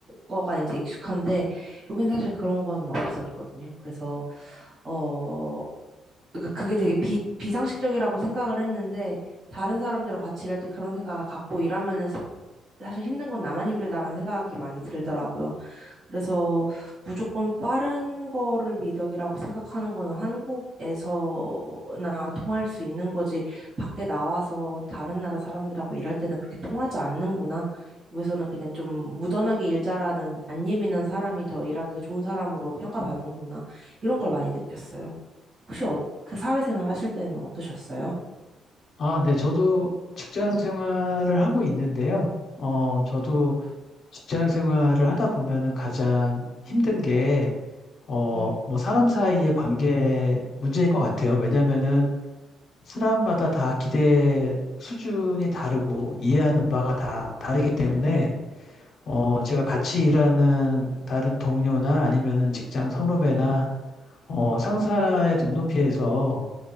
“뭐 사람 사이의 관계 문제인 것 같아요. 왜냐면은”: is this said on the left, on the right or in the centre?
Left